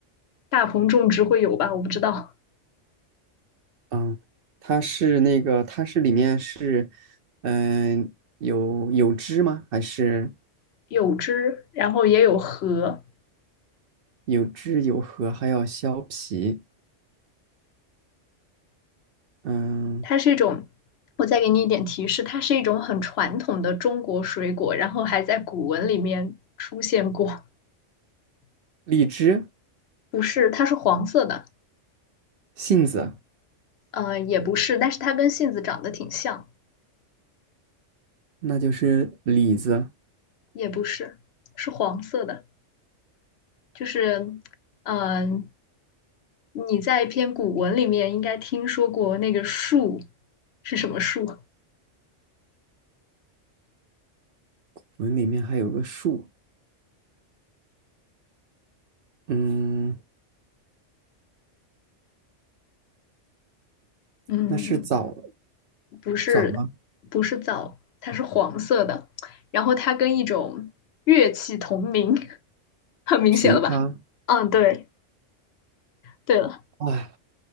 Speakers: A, on the left; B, on the right.
A: 大棚种植会有吧，我不知道。
B: 嗯，它是那个，它是里面是，嗯、有有汁吗？还是
A: 有枝，然后也有核，
B: 有汁有核，还要削皮？嗯，
A: 它是一种，我再给你一点提示，它是一种很传统的中国水果，然后还在古文里面出现过。
B: 荔枝、
A: 不是，它是黄色的，
B: 杏子，
A: 呃，也不是，但是它跟杏子长得挺像，
B: 那就是李子。
A: 也不是，是黄色的。就是，嗯、你在一篇古文里面应该听说过那个树是什么树？
B: 我们里面还有个树，嗯，
A: 嗯，
B: 那是枣
A: 不是，
B: 枣吗？
A: 不是枣，它是黄色的，然后它跟一种乐器同名，<laughs> 很明显了吧？
B: 枇杷，
A: 嗯，对，对了，
B: 哇，